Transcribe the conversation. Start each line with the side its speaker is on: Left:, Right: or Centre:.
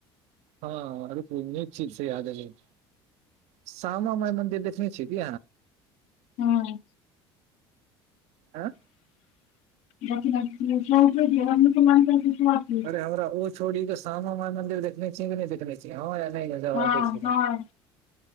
Right: हँ निक चिज से याद एलय श्यामा माइ मन्दिर देखने छियै कि
Left: हां
Right: आँ
Left: देख जरी मान कि <unintelligible>
Right: अरे हमरा ओ छोड़ीे श्यामा माइ मंन्दिर देखने छिय कि नहि देखने छी हँ या नहि में जवाब
Left: हँ
Right: दै छ
Left: हँ